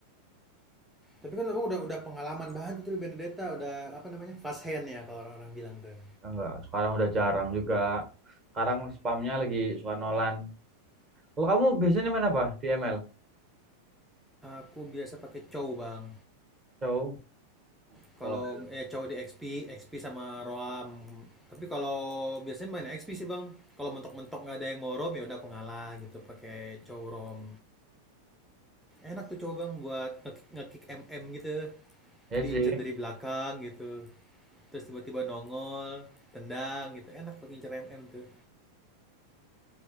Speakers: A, in the centre; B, on the right.
A: Tapi kan Abang udah udah pengalaman banget itu di Benedetta, udah apa namanya? Fast hand ya kalau orang-orang bilang tuh.
B: Enggak, sekarang udah jarang juga. Sekarang spamnya lagi suka nolan. Kalau kamu biasanya main apa di ML?
A: Aku biasa pakai cow Bang.
B: Cow.
A: Kalau
B: Wah.
A: eh cowok di XP, XP sama Roam. Tapi kalau biasanya main XP sih bang. Kalau mentok-mentok nggak ada yang mau Roam ya udah aku ngalah gitu pakai cowok Roam. Enak tuh cowok bang buat nge- nge-kick MM gitu.
B: Ya
A: Jadi
B: sih.
A: incer dari belakang gitu. Terus tiba-tiba nongol, tendang gitu. Enak buat ngincer MM tuh.